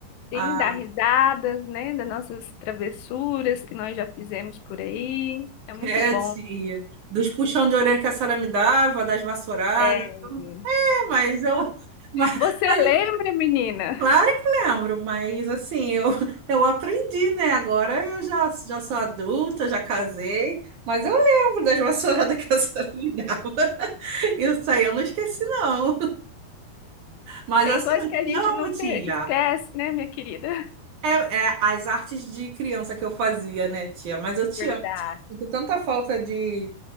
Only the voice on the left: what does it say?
sim,
dar risadas, né? Das nossas travessuras que nós já fizemos por aí. É
muito
bom.
É,
Você
lembra, menina?
Tem
coisa
que
a gente
nunca
esquece, né, minha querida?
Verdade.